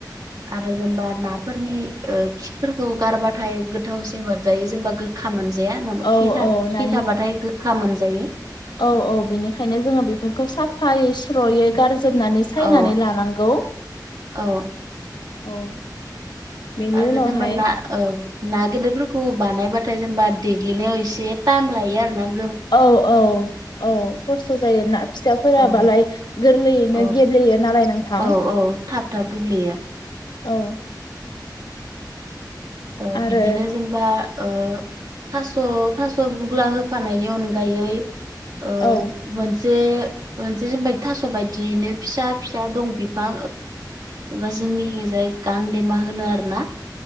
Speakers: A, on the right (about 60°); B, on the left (about 80°).
A: आरो जेनेबा नाफोरनि ओ खिफोरखौ गारबाथाय गोथावसिन मोनजायो जेनेबा गोखा मोनजाया नङाबा
B: औ
A: खि
B: औ नानि
A: खि थाबाथाय गोखा मोनजायो
B: औ औ बिनिखायनो जोङो बेफोरखौ साफायै सु स्रयै गारजोबनानै सायनानै
A: औ
B: लानांगौ
A: औ
B: औ बेनि
A: आरो
B: उनावहाय
A: जेनेबा ना औ ना गेदेरफोरखौ बानायबाथाय जेनेबा देग्लिनायाव एसे टाइम लायो आरो ना
B: औ औ औ खस्थ' जायो ना फिसाफोराबालाय
A: औ
B: गोरलैयैनो
A: औ
B: गेब्लेयो नालाय नोंथां
A: औ औ थाब थाब गेब्लेयो
B: औ
A: ओ
B: आरो
A: बिदिनो जों बा ओ थास' थास' बुग्ला होफानायनि अनगायै ओ
B: औ
A: मोनसे मोनसे जेनबा थास' बायदियैनो फिसा फिसा दं बिफां बा जोंनि खिजाय गांदेमा होनो आरो ना।